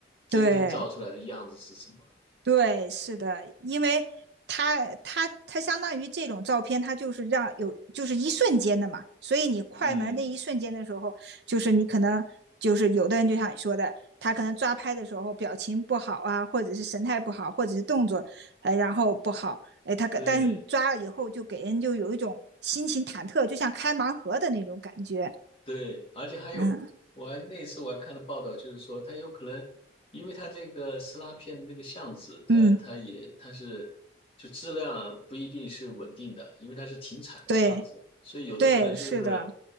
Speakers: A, on the left; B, on the right.
A: 真正照出来的样子是什么。
B: 对，对，是的，因为它它它相当于这种照片，它就是让有就是一瞬间的嘛，所以你快门那一瞬间的时候，
A: 嗯，
B: 就是你可能就是有的人就像你说的，他可能抓拍的时候表情不好啊，或者是神态不好，或者是动作，哎，然后不好，哎，他可但是你抓了以后就给人就有一种心情忐忑，
A: 对。
B: 就像开盲盒的那种感觉，
A: 对，而且还有，
B: 嗯
A: 我还那次我还看了报道，就是说它有可能，因为它这个撕拉片的那个相纸，它它也它是就质量不一定是稳定的，
B: 嗯，
A: 因为它是停产的相纸，
B: 对
A: 所以有的可能就是
B: 对，是的，